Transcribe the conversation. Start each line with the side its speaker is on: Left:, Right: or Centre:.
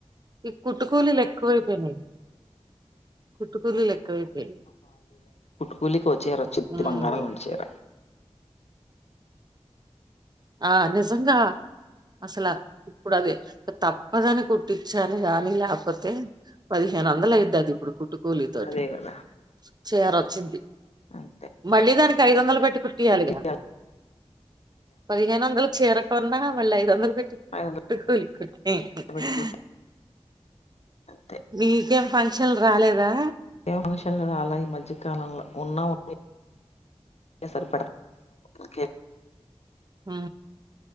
Right: ఈ కుట్టుకూలులు ఎక్కువైపోయినాయి కుట్టుకూలులు ఎక్కువైపోయినాయి
Left: కూలికి వ చేయరా వచ్చి
Right: ఉమ్,
Left: బంగాళా నుంచి చేర
Right: ఆ నిజంగా అసలు ఇప్పుడు అది తప్పదని కుట్టించా అని కానీ లేకపోతే పదిహేను వందల అవుద్దది ఇప్పుడు కుట్టుకూలి తోటికి
Left: అదే కదా
Right: చేయరు వచ్చింది
Left: అంతే
Right: మళ్ళీ దానికి ఐదు వందలు పెట్ కుట్టటియాలిగా
Left: కుట్టిగా
Right: పదిహేను వందలు చేరకుం ఉన్నా మళ్ళీ ఐదు వందలు పెట్టి
Left: ఐదు వందలు
Right: కుట్టుకూలి కుట్టి
Left: పెట్టి కుట్టి అంతే
Right: మీకేం ఫంక్షన్లు రాలేదా
Left: ఏ ఫంక్షన్ అలా ఈ మధ్యకాలంలో ఉన్నా ఉ సరి పడక
Right: హ